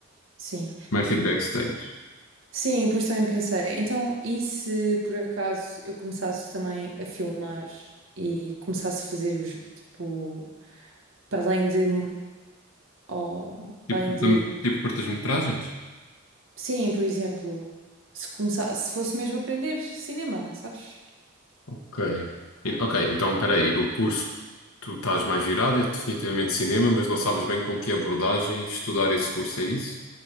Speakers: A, on the right (about 65°); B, on the left (about 85°).
A: Sim.
B: Mais tipo backstage.
A: Sim, depois também pensei, então, e se por acaso eu começasse também a filmar e começasse a fazer os, tipo, para além de, ó,
B: Tipo,
A: para além de,
B: de- tipo curtas-metragens?
A: sim, por exemplo, se começasse, se fosse mesmo aprender cinema, sabes?
B: Ok. E- ok, então espera aí. O curso que tu estás mais virado é definitivamente cinema, mas não sabes bem com que abordagem estudar esse curso, é isso?